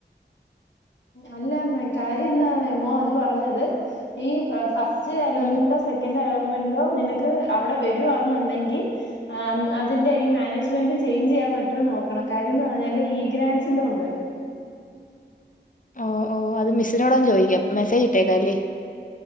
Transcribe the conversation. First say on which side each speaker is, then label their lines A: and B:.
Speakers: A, on the left; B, on the left.
A: അല്ലമ്മേ കാര്യം എന്താന്നറിയാമോ അത് പറഞ്ഞത് ഈ ഫസ്റ്റ് അലോട്ട്മെന്റോ
B: ഉം ഉം
A: സെക്ക അലോട്മെന്റിലോ നിനക്ക് അവിടെ വരുവാെന്നുണ്ടെങ്കിൽ ആഹ് അതിന്റെ ഈ മാനേജ്മെന്റ് ചേയിഞ്ച് ചെയ്യാൻ പറ്റോ നോക്കണം കാര്യംന്ന് പറഞ്ഞാല് ഈ ഗ്രാൻസിന്റെ ഉണ്ട്
B: ഓ ഓ അത് മിസിനോട് ഒന്ന് ചോദിക്കാം മെസ്സേജ് ഇട്ടേക്കാം അല്ലേ